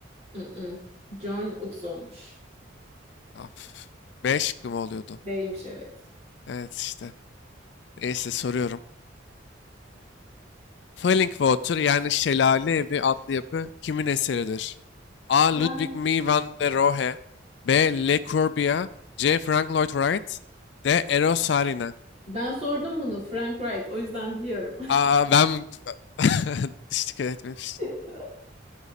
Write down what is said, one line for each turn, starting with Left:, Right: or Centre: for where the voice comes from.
Right: Mm-mm. Björn Utzon'muş.
Left: Af. B şıkkı mı oluyordu?
Right: B'ymiş evet.
Left: Evet işte. Neyse soruyorum. Falling Water yani Şelale Evi adlı yapı kimin eseridir? A.
Right: Aa,
Left: Ludwig Mies van der Rohe B. Le Corbusier C. Frank Lloyd Wright D. Eros Saarinen.
Right: Ben sordum bunu Frank Wright o yüzden biliyorum.
Left: Aa, ben <laughs> hiç dikkat etmemiştim.
Right: <laughs>